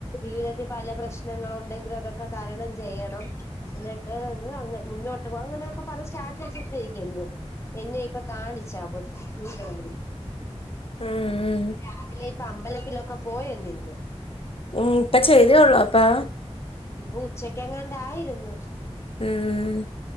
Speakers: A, on the left; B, on the left.
A: ജീവിതത്തിൽ പല പ്രശ്നങ്ങള് ഉണ്ടെങ്കിലും അതൊക്കെ തരണം ചെയ്യണം എന്നിട്ട് എന്ത് അങ്ങ മുന്നോട്ട് പോ അങ്ങനെയൊക്കെ പറഞ്ഞ് സ്റ്റാറ്റസ് ഇട്ടിരിക്ക്ന്ന് എന്നെ ഇപ്പൊ കാണിച്ചാ കൊച്ച് കൂട്ടുക്കാരി
B: ആഹ് ആഹ്
A: രാവിലെ ഇപ്പൊ അമ്പലത്തിലൊക്കെ പോയ നിന്ന്
B: ഉം ഇപ്പൊ ചെയ്തേ ഉള്ളോ അപ്പൊ
A: ഇപ്പൊ ഉച്ചക്കെങ്ങാണ്ടായിരുന്ന്
B: ഉം